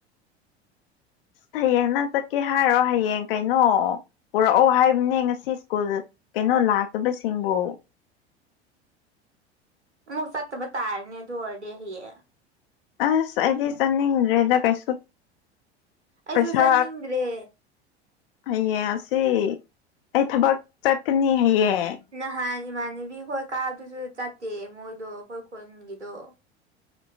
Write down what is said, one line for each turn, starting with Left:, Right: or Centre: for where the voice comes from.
Left: ꯍꯌꯦꯡ ꯅꯪ ꯆꯠꯀꯦ ꯍꯥꯏꯔꯣ ꯍꯌꯦꯡ ꯀꯩꯅꯣ ꯄꯨꯔꯛꯑꯣ ꯍꯥꯏꯕꯅꯦ ꯉꯁꯤ ꯁ꯭ꯀꯨꯜ ꯀꯩꯅꯣ ꯂꯥꯛꯇꯕꯁꯤꯡꯕꯨ
Right: ꯃꯨꯛ ꯆꯠꯕ ꯇꯔꯅꯦ ꯗꯨ ꯑꯣꯏꯔꯗꯤ ꯍꯌꯦꯡ
Left: ꯑꯁ ꯑꯩꯗꯤ ꯆꯥꯅꯤꯡꯗ꯭ꯔꯦꯗ ꯀꯩꯁꯨ
Right: ꯑꯩꯁꯨ
Left: ꯄꯩꯁꯥ
Right: ꯆꯥꯅꯤꯡꯗ꯭ꯔꯦ
Left: ꯍꯌꯦꯡ ꯑꯁꯤ ꯑꯩ ꯊꯕꯛ ꯆꯠꯀꯅꯤ ꯍꯌꯦꯡ
Right: ꯅꯍꯥꯟ ꯏꯃꯥꯟꯅꯕꯤ ꯈꯣꯏ ꯀꯥꯗꯨꯁꯨ ꯆꯠꯇꯦ ꯃꯣꯏꯗꯣ ꯑꯩꯈꯣꯏ ꯈꯨꯟꯒꯤꯗꯣ